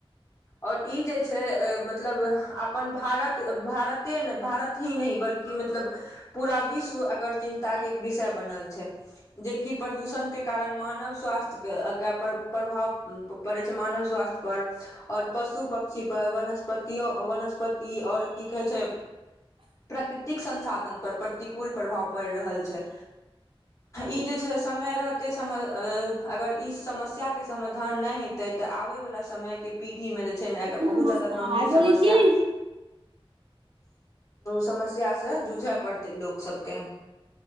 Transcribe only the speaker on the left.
ओर ई जे छै मतलब आपन भारत भारते ने भारत ही नहि बल्कि मतलब पूरा विश्व एकर चिन्ता एक विषय बनल छै जेकि प्रदूषणके कारण मानव स्वास्थ्यकेके प्र प्रभाव पड़ै छै मानव स्वास्थ्यपर आओर पशु पक्षीपर वनस्पतियो वनस्पति आओर की कहे छै प्राकृतिक संसाधन पर प्रतिकूल प्रभाव पड़ि रहल छै ई जे समय रहते अगर ई समस्या के सम - धान नय हेतै तऽ आबे वाला समय के पीढ़ी मे जे छै न
बहुत
जादा गंभीर
समस्या
समस्यासँ जूझय पड़तै लोक सभके